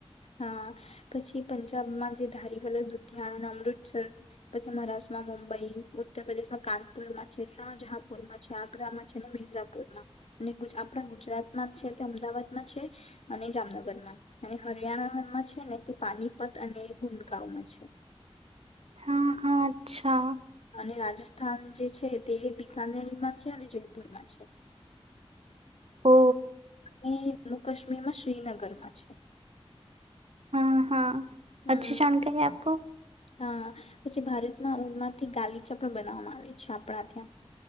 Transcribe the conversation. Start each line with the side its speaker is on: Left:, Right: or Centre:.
Left: હા પછી પંજાબમાં જે ધારી હલ લુધિયાણા ના, અમૃતસર પછી મહારાષ્ટ્રમાં મુંબઈ, ઉત્તર પ્રદેશમાં કાનપુરમાં છે, શાહજહાપુરમાં છે. આગ્રામાં છે, અને મિર્ઝાપુરમાં અને આપણા ગુજરાતમાં છે તે અમદાવાદ છે અને જામનગર માં અને હરિયાણામાં છે ને તે પાનીપત અને ગુંડગંમાં છે.
Right: હા હા અચ્છા‌.
Left: અને રાજસ્થાન જે છે તે બકાનેરમાં છે, અને જયપુર માં. છે. <inaudible>
Right: ઓ
Left: <inaudible> હમ્મ. કાશ્મીર માં શ્રીનગરમાં છે.
Right: હા હા
Left: હમ
Right: અચ્છી જાણકારી આપકો.
Left: હા પછી ભારતમાં ઉનમાંથી ગાલીચા પણ બનાવવામાં આવે છે આપણા ત્યાં.